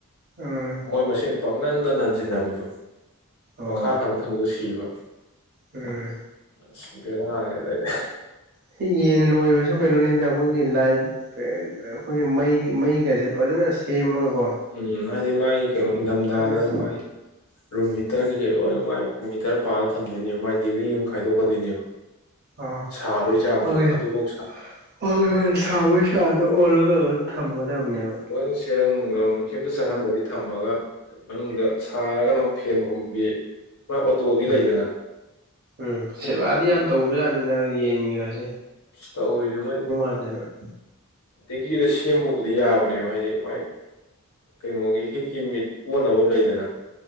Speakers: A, on the right (about 45°); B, on the left (about 80°).
A: ꯎꯝ
B: ꯃꯣꯏ ꯃꯁꯤꯡ ꯄꯪꯅꯟꯗ ꯅꯟꯁꯤꯟꯅꯕꯤꯗꯣ
A: ꯑꯣ
B: ꯃꯈꯥ ꯊꯪꯕ ꯊꯪꯕꯗꯣ ꯁꯤꯕ
A: ꯎꯝ
B: ꯑꯁ ꯕꯦꯔꯅꯤ ꯑꯗꯩꯗꯤ
A: ꯁꯤ ꯌꯦꯟ ꯂꯣꯏꯕꯁꯨ ꯀꯩꯅꯣꯅꯤꯗ ꯑꯩꯈꯣꯏꯒꯤ ꯂꯥꯏ ꯑꯩꯈꯣꯏꯒꯤ ꯃꯩꯒꯤ ꯃꯩꯒꯁꯦ ꯐꯖꯅ ꯁꯦꯝꯃꯒꯀꯣ
B: ꯎꯝ ꯍꯥꯏꯗꯤ ꯃꯥꯥꯏ ꯀꯩꯅꯣ ꯏꯪꯊꯝꯊꯥꯗ
A: ꯐꯖꯅ
B: ꯃꯥꯏ ꯔꯨꯝ ꯍꯤꯇꯔ ꯀꯩꯀꯩ ꯂꯣꯏꯅ ꯃꯥꯏ ꯍꯇꯔ ꯄꯥꯜꯂ ꯊꯝꯗꯣꯏꯅꯦꯕ ꯃꯥꯏ ꯗꯤꯒ꯭ꯔꯤ ꯑꯃ ꯈꯥꯏꯗꯣꯛꯀꯗꯣꯏꯅꯦꯕ
A: ꯑꯦ
B: ꯁꯥꯕꯒꯤ ꯆꯥꯡꯗꯣ ꯑꯗꯨꯐꯧ
A: ꯍ ꯁꯥꯕꯩ ꯆꯗ ꯑꯣꯜꯂꯒ <inaudible> ꯊꯝꯒꯗꯕꯅꯦꯕ
B: ꯂꯣꯏꯅ ꯁꯦꯔꯪ ꯅꯨꯡꯒ <inaudible> ꯅꯨꯡꯊꯦꯝꯝꯇ ꯆꯪꯍꯟꯗꯕꯤ ꯊꯝꯃꯒ ꯃꯅꯨꯡꯗ ꯁꯥꯔꯒꯅ ꯑꯃꯨꯛ ꯐꯦꯟ ꯎꯨꯡꯕꯤ ꯃꯥ ꯑꯣꯇꯣꯗꯤ
A: ꯎꯝ
B: ꯂꯩꯗꯅ
A: ꯎꯝ
B: ꯑꯩꯈꯣꯏꯗꯤ
A: ꯁꯦꯕꯥꯗꯤ ꯌꯥꯝ ꯇꯧꯕꯖꯠꯅꯤꯗ ꯌꯦꯟꯒꯤꯒꯥꯁꯦ
B: ꯇꯧꯔꯤꯁꯦ ꯃꯣꯢꯅ
A: ꯃꯖꯔ <inaudible>
B: ꯗꯦꯒꯤꯗ ꯁꯦꯝꯃꯕꯨꯗꯤ ꯌꯥꯕꯅꯦꯕ ꯍꯥꯏꯗꯤ ꯃꯣꯏ ꯀꯩꯅꯣꯒꯤ ꯍꯤꯠꯀꯤ ꯃꯤꯠ ꯑꯣꯟꯅꯕ ꯑꯃ ꯂꯩꯗꯅ